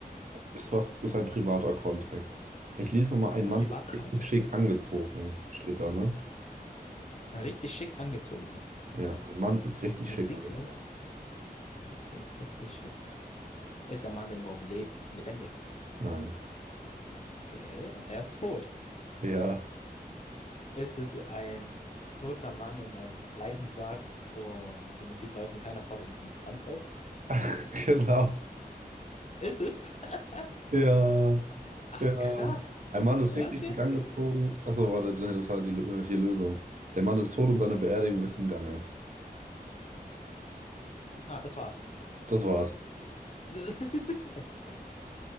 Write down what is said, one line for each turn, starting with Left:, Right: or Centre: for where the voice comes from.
Right: Ist was, ist ein privater Kontext. Ich lese nochmal, ein
Left: Ein
Right: Mann
Left: privater
Right: ist richtig
Left: Kontext.
Right: schick angezogen, steht da, ne?
Left: Ein Richtig schick angezogen
Right: Ja,
Left: ist er.
Right: ein Mann ist richtig
Left: Musik
Right: schick angezogen.
Left: läuft? Okay, richtig schick. Ist der Mann denn überhaupt leb lebendig?
Right: Nein.
Left: Okay, er ist tot.
Right: Ja,
Left: Es ist ein toter Mann in einem Leichensarg und die Musik läuft und keiner fordert ihn zum Tanz auf.
Right: <laughs> genau.
Left: Ist es? <laughs>
Right: Ja,
Left: Ach,
Right: ja.
Left: krass.
Right: Ein Mann ist
Left: Ja,
Right: richtig
Left: okay,
Right: schick angezogen.
Left: okay.
Right: Achso, warte, nee, das war die Lö- hier Lösung. Der Mann ist tot und seine Beerdigung ist im Gange.
Left: Ah, das war's.
Right: Das war's.
Left: <laughs>